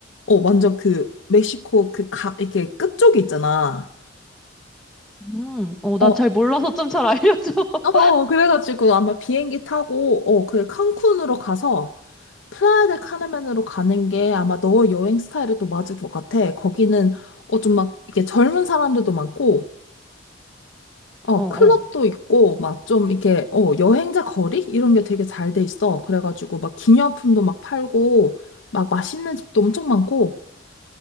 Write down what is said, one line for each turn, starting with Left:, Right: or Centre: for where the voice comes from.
Left: 어, 완전 그 멕시코 그 가, 이렇게 끝쪽에 있잖아.
Centre: 음, 어,
Left: 어,
Centre: 나 잘 몰라서 좀 잘 알려줘. <laughs>
Left: 어, 어, 그래가지고 아마 비행기 타고, 어, 그 칸쿤으로 가서 플라야 델 카르멘으로 가는 게 아마 너 여행 스타일에 또 맞을 것 같아. 거기는, 어, 좀 막, 이렇게 젊은 사람들도 많고, 어,
Centre: 어, 어.
Left: 클럽도 있고, 막 좀 이렇게, 어, 여행자 거리? 이런 게 되게 잘 돼 있어. 그래가지고 막 기념품도 막 팔고, 막 맛있는 집도 엄청 많고,